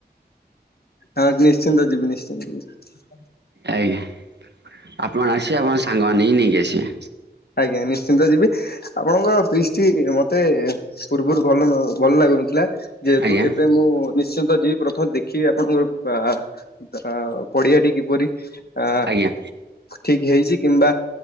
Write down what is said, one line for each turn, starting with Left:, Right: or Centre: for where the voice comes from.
Left: ହଁ ନିଶ୍ଚିନ୍ତ ଯିବି ନିଶ୍ଚିନ୍ତ ଯିବି।
Right: ଆଜ୍ଞା ଆପଣ ଆସିବେ ଆପଣ ସାଙ୍ଗମାନେ ହିଁ ନେଇକି ଆସିବେ
Left: ଆଜ୍ଞା ନିଶ୍ଚିନ୍ତ ଯିବି ଆପଣଙ୍କ ପ୍ରିସ୍ ଚି ମତେ ପୂର୍ବରୁ ଭଲ ନ ଭଲ ଲାଗୁନଥିଲା। ଯେହେତୁ
Right: ଆଜ୍ଞା
Left: ଏବେ ମୁଁ ନିଶ୍ଚିନ୍ତ ଯିବ୍ ପ୍ରଥମ ଦେଖିବି ଆପଣଙ୍କର ପା, ଆ, ପଡିଆ ଟି କିପରି। ଆ
Right: ଆଜ୍ଞା
Left: ଠିକ୍ ହେଇଛି କିମ୍ବା